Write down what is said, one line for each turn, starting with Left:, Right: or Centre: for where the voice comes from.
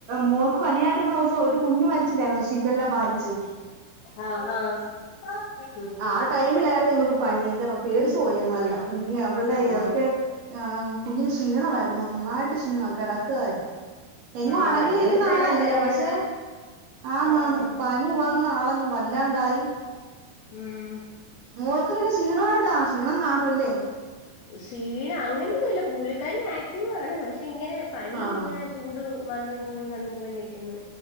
Right: മോൾക്ക് പനിയായിട്ടിരുന്ന ദിവസോം ഒരു കുഞ്ഞ് മരിച്ചില്ലായിരുന്നോ ശിഖല്ലാ ബാധിച്ച്
Left: ആഹ് അഹ് ഉം
Right: ആ ടൈമിലായിരുന്നു നിമക്ക് പനി എന്റെമ്മോ പേടിച്ചു പോയി ഞങ്ങളല്ലാം ഇ അവളുടെ
Left: ആഹ്
Right: അതൊക്കെ ആ കുഞ്ഞിന് ക്ഷീണമായിരുന്നു നന്നായിട്ട് ക്ഷീണമക്കെ കിടക്കുകായിരുന്നു എങ്ങും
Left: ആഹ്
Right: അടങ്ങിയിരിക്കുന്ന
Left: വലിയവർക്ക്
Right: ആളല്ല
Left: തന്നെ പനി
Right: പക്ഷെ
Left: വന്നാ
Right: ആന്നന്ന്
Left: ആഹ്
Right: പനി വ ന്നാളങ്ങ് വല്ലാണ്ടായി
Left: ഉം
Right: മോൾക്ക് പിന്നെ ക്ഷീണമായിട്ടാ? ക്ഷീണം കാണൂല്ലേ?
Left: ക്ഷീണം അങ്ങനൊന്നും ഇല്ല പുള്ളിക്കാാര് ആക്റ്റീവാണ് പക്ഷെ ഇങ്ങനെ പനി
Right: ആഹ്
Left: ഇങ്ങനെ ചൂട് വന്നും പോയി വന്നും പോയി നൽക്കുന്നു